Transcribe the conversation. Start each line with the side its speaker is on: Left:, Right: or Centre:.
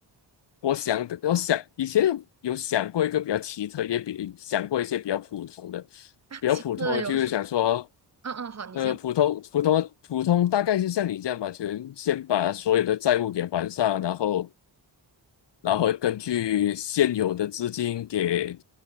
Left: 我想的，我想以前有想过一个比较奇特，也比想过一些比较普通的，
Right: 啊，
Left: 比较普通的就是想说，
Right: 其次的游戏。嗯嗯，好，你先。
Left: 呃，普通普通普通大概是像你这样吧，就是先把所有的债务给还上，然后然后根据现有的资金给